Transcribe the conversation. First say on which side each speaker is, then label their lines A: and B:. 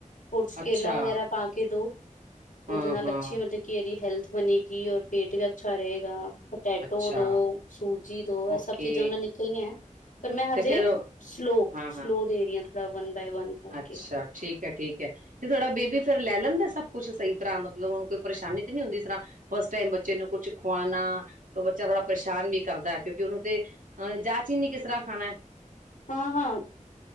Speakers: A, on the left; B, on the right.
A: ਓਹਦੇ 'ਚ
B: ਅੱਛਾ
A: ਕੇਲਾ ਵਗੈਰਾ ਪਾ ਕੇ ਦੋ
B: ਹਾਂ
A: ਓਦੇ ਨਾਲ
B: ਹਾਂ
A: ਅਛੀ ਮਤਲਬ ਕੇ ਦੀ ਹੈਲਥ ਬਣੇਗੀ ਔਰ ਪੇਟ ਵੀ ਅੱਛਾ ਰਹੇਗਾ। ਪਟੈਟੋ
B: ਅੱਛਾ
A: ਦੋ, ਸੂਜੀ ਦੋ ਐ
B: ਓਕੇ
A: ਸਭ ਚੀਜ਼ਾਂ ਓਹਨਾਂ ਨੇ ਕਈਆਂ ਪਰ ਮੈਂ ਹਜੇ
B: ਤੇ ਫੇਰ
A: ਸਲੋਅ-ਸਲੋਅ
B: ਹਾਂ ਹਾਂ
A: ਦੇ ਰਹੀ ਆਂ ਥੋੜ੍ਹਾ ਵਨ ਬਾਏ ਵਨ। ਕਰਕੇ
B: ਅੱਛਾ ਠੀਕ ਐ ਠੀਕ ਐ। ਤੇ ਥੋੜਾ ਬੇਬੀ ਫਿਰ ਲੈ ਲੈਂਦਾ ਸਭ ਕੁਛ ਸਹੀ ਤਰ੍ਹਾਂ ਮਤਲਬ ਓਹਨੂੰ ਕੋਈ ਪਰੇਸ਼ਾਨੀ ਤੇ ਨੀ ਹੁੰਦੀ ਜਿਸ ਤਰ੍ਹਾਂ ਫਸਟ ਟਾਈਮ ਬੱਚੇ ਨੂੰ ਕੁੱਛ ਖਵਾਣਾ ਤਾਂ ਬੱਚਾ ਥੋੜ੍ਹਾ ਪਰੇਸ਼ਾਨ ਵੀ ਕਰਦਾ ਕਿਉਂਕਿ ਓਹਨੂੰ ਤੇ ਹੈ ਜਾਚ ਈ ਨੀ ਕਿਸ ਤਰ੍ਹਾਂ ਖਾਣਾ ਐ।
A: ਹਾਂ-ਹਾਂ,